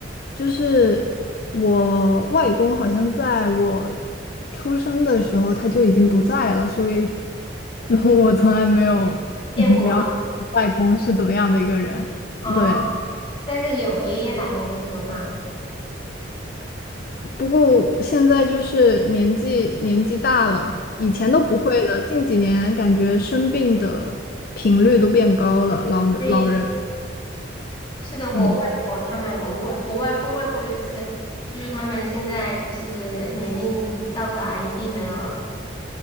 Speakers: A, on the left; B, on the left.
A: 就是我外公好像在我出生的时候他就已经不在了，所以就 <laughs> 我从来没有嗯了解外公是怎么样的一个人。
B: 见过啊，
A: 对，
B: 哦但是有爷爷奶奶这种哈。
A: 不过我现在就是年纪年纪大了，以前都不会了，近几年感觉生病的频率都变高了，老老人，
B: 对，是的，我外婆他们，
A: 嗯
B: 我外我外公外婆也是，就是他们现在就是年龄到达一定的。